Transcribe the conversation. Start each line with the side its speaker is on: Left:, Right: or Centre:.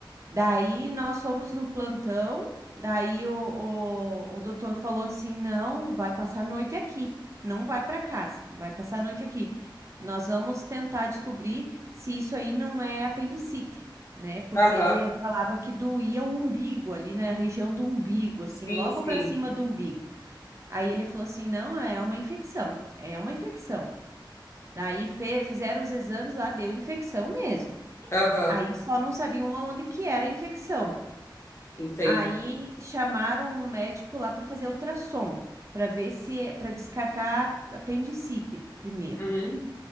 Right: Daí nós fomos no plantão, daí o, o, o doutor falou assim: não, vai passar a noite aqui, não vai para casa, vai passar a noite aqui. Nós vamos tentar descobrir se isso aí não é apendicite, né? Porque
Left: Aham.
Right: ele falava que doía o umbigo, ali na região do umbigo, assim,
Left: Sim,
Right: logo
Left: sim.
Right: para cima do umbigo. Aí ele falou assim: não, é uma infecção, é uma infecção. Daí fe- fizeram os exames lá, deu infecção mesmo.
Left: Aham.
Right: Aí só não sabiam aonde que era a infecção.
Left: Entendo.
Right: Aí chamaram um médico lá para fazer ultrassom, para ver se é para descartar apendicite primeiro.
Left: Uhum.